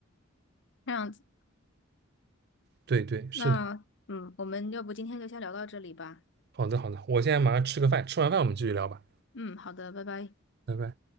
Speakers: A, on the left (about 60°); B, on the right (about 55°).
A: 这样子。
B: 对对，是的，
A: 那嗯，我们要不今天就先聊到这里吧。
B: 好的好的，我现在马上吃个饭，吃完饭我们继续聊吧，
A: 嗯，好的，拜拜。
B: 拜拜。